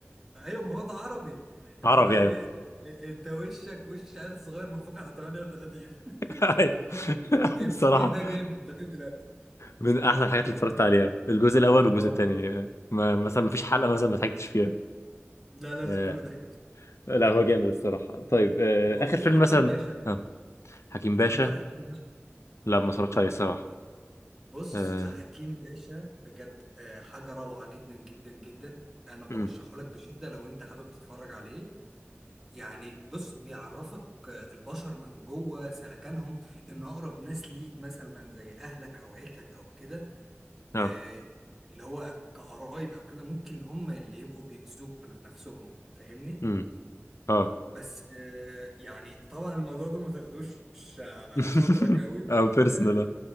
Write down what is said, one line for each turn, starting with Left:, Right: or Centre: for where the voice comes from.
Centre: ايوه ما هو ده عربي اللي
Left: <laughs> عربي
Centre: هو ايه
Left: يعني
Centre: انت وشك وش عيل صغير منفوخ على 38 <laughs>
Left: <laughs> أي.
Centre: الإفيه
Left: الصراحة
Centre: ده جايب لغايه دلوقتي
Left: من أحسن الحاجات اللي
Centre: والله
Left: اتفرجت عليها الجزء الأول والجزء
Centre: اه
Left: الثاني ما مثلا ما فيش حلقة مثلا ما ضحكتش فيها
Centre: لا لا لا
Left: آه.
Centre: كله ضحك بصراحة.
Left: لا هو جامد الصراحة طيب آه.
Centre: وفي
Left: آخر فيلم
Centre: حكيم
Left: مثلا
Centre: باشا
Left: آه. حكيم
Centre: اتفرجت
Left: باشا
Centre: على حكيم باشا
Left: لا ما اتفرجتش عليه الصراحة
Centre: بص
Left: آه.
Centre: حكيم باشا بجد آه، حاجة روعة جدا جدا جدا أنا برشحه
Left: أمم.
Centre: لك بشدة لو أنت حابب تتفرج عليه يعني بص بيعرفك آه، البشر من جوه سلكانهم إن أقرب ناس ليك مثلا زي أهلك أو عيلتك أو كده
Left: آه.
Centre: آه، اللي هو كقرايب أو كده ممكن هم اللي يبقوا بيأذوك نفسهم فاهمني؟
Left: أمم. آه.
Centre: بس آه، يعني طبعا الموضوع ده ما تاخدوش على
Left: <laughs>
Centre: خاطرك قوي بس
Left: أو بيرسونال
Centre: آه،